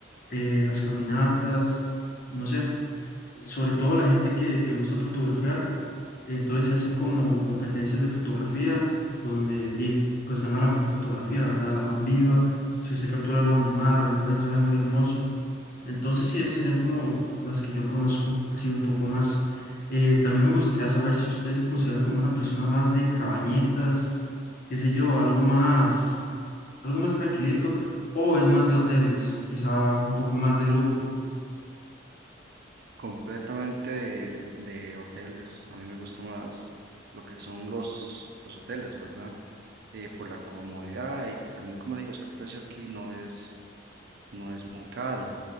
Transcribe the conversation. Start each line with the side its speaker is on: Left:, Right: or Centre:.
Left: Eh, las caminatas, no sé, sobre todo la gente que, que le gusta fotografiar, entonces se hacen como competencias de fotografía donde di, pues gana la mejor fotografía, ¿verdad? La más viva, si usted captura algún animal, algún paisaje muy hermoso. Entonces, sí, esas serían como las que yo conozco, así un poco más. Eh, también me gustaría saber si usted se considera como una persona más de cabañetas, qué sé yo, algo más, algo más tranquilito, o es más de hoteles, quizá un poco más de lujo.
Right: Completamente de, de hoteles. A mí me gusta más lo que son los, los hoteles, ¿verdad? Eh, por la comodidad y también, como le digo, es que el precio aquí no es, no es muy caro,